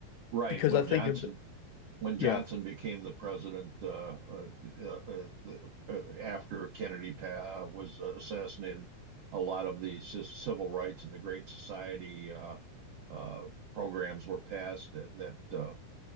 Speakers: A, on the right; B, on the left.
A: right.
B: Because
A: When
B: I think
A: Johnson
B: of,
A: when Johnson
B: yeah,
A: became the president uh, uh, uh, uh, after Kennedy pa- uh, was assassinated, a lot of the civil rights and the Great Society uh, uh, programs were passed that that, uh,